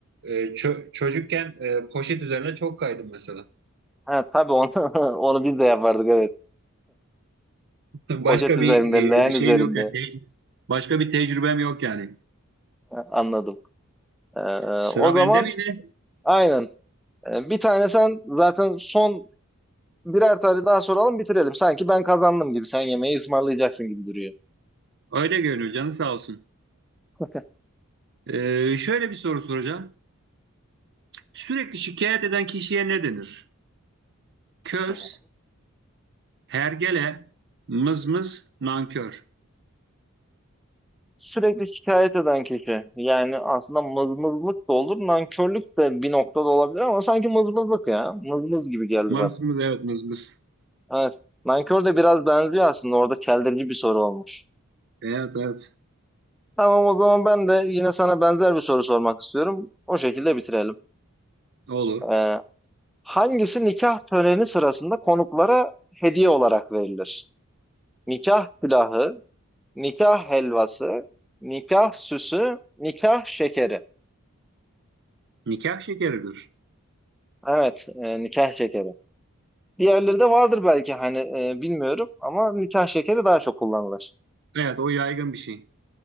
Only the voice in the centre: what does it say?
Ha, tabii onu <laughs> onu biz de yapardık, evet.
Poşet üzerinde,
leğen
üzerinde.
Ha, anladım. Eee,
o zaman
aynen. Eee, bir tane sen zaten son birer tane daha soralım, bitirelim. Sanki ben kazandım gibi. Sen yemeği ısmarlayacaksın gibi duruyor.
<laughs>
Tamam.
Sürekli şikayet eden kişi. Yani aslında mızmızlık da olur, nankörlük de bir noktada olabilir ama sanki mızmızlık ya. Mızmız gibi geldi
bana.
Evet. Nankör de biraz benziyor aslında. Orada çeldirici bir soru olmuş.
Tamam o zaman ben de yine sana benzer bir soru sormak istiyorum. O şekilde bitirelim.
Ee, hangisi nikah töreni sırasında konuklara hediye olarak verilir? Nikah külahı, nikah helvası, nikah süsü, nikah şekeri.
Evet, e, nikah şekeri. Diğerleri de vardır belki hani e, bilmiyorum ama nikah şekeri daha çok kullanılır.